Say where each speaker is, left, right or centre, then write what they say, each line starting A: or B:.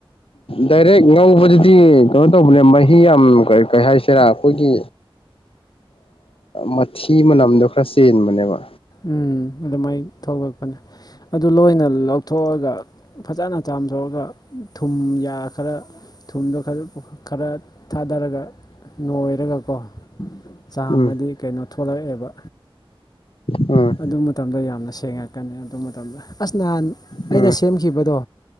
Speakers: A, on the left; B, on the left.
A: ꯗꯥꯏꯔꯦꯛ ꯉꯧꯕꯗꯨꯗꯤ ꯀꯩꯅꯣ ꯇꯧꯕꯅꯦ ꯃꯍꯤ ꯌꯥꯝ ꯀꯩ ꯀꯩ ꯍꯥꯏꯁꯤꯔꯥ ꯑꯩꯈꯣꯏꯒꯤ ꯃꯊꯤ ꯃꯅꯝꯗꯣ ꯈꯔ ꯆꯦꯟꯕꯅꯦꯕ
B: ꯎꯝ ꯑꯗꯨꯃꯥꯏꯅ ꯊꯣꯛꯂꯛꯄꯅꯦ ꯑꯗꯨ ꯂꯣꯏꯅ ꯂꯧꯊꯣꯛꯑꯒ ꯐꯖꯅ ꯆꯥ ꯄꯥꯝꯊꯣꯛꯑꯒ ꯊꯨꯝ ꯈꯔ ꯊꯨꯝꯗꯣ ꯈꯔ ꯈꯔ ꯊꯥꯗꯔꯒ ꯅꯣꯏꯔꯒꯀꯣ ꯆꯥꯝꯃꯗꯤ
A: ꯎꯝ
B: ꯀꯩꯅꯣ ꯊꯣꯛꯂꯛꯑꯕ
A: ꯎꯝ
B: ꯑꯗꯨ ꯃꯇꯝꯗ ꯌꯥꯝꯅ ꯁꯦꯡꯉꯛꯀꯅꯤ ꯑꯗꯨ ꯃꯇꯝꯗ ꯑꯁ ꯅꯍꯥꯟ ꯑꯩꯅ
A: ꯎꯝ
B: ꯁꯦꯝꯈꯤꯕꯗꯣ